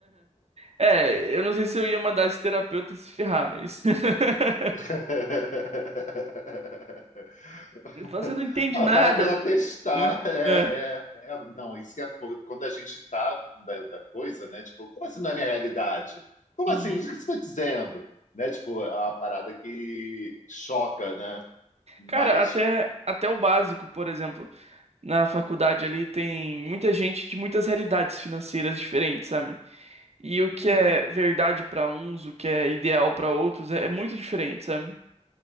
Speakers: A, on the right (about 60°); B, on the left (about 80°).
A: É, eu não sei se eu ia mandar esse terapeuta se ferrar, mas. <laughs>
B: <laughs>
A: Ele
B: <laughs>
A: fala, Você não entende
B: Ah,
A: nada,
B: Vale a pena testar.
A: né?
B: É,
A: É.
B: é, é, não, isso que é foda. Quando a gente tá da, da coisa, né? Tipo, como assim não é minha realidade? Como
A: Uhum.
B: assim? O que você está dizendo? Né? Tipo, é uma parada que choca, né? Mas.
A: Cara, até, até o básico, por exemplo, na faculdade ali tem muita gente de muitas realidades financeiras diferentes, sabe? E
B: Uhum,
A: o que é verdade pra uns, o que é ideal pra outros, é, é muito diferente, sabe?